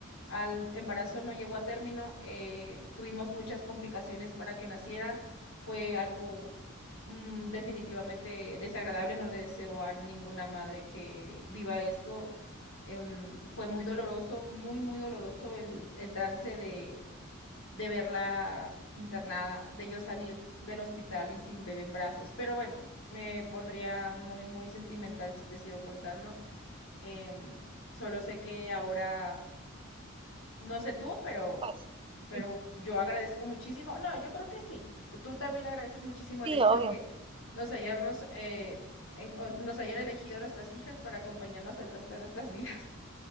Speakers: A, on the left; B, on the right.
A: Al embarazo no llegó a término, eh, tuvimos muchas complicaciones para que naciera, fue algo mm, definitivamente desagradable, no le deseo a ninguna madre que viva esto em, fue muy doloroso, muy, muy doloroso el, el trance de, de verla internada, de yo salir del hospital y sin bebé en brazos. Pero bueno, me pondría muy, muy sentimental si te sigo contando. Em, solo sé que ahora, no sé tú, pero,
B: pues,
A: pero
B: <laughs>
A: yo agradezco muchísimo. No, yo creo que sí. Tú también agradeces muchísimo
B: sí,
A: el hecho
B: obvio.
A: de que nos hayamos, eh, en- o nos hayan elegido nuestras hijas para acompañarnos el resto de nuestras <laughs> vidas.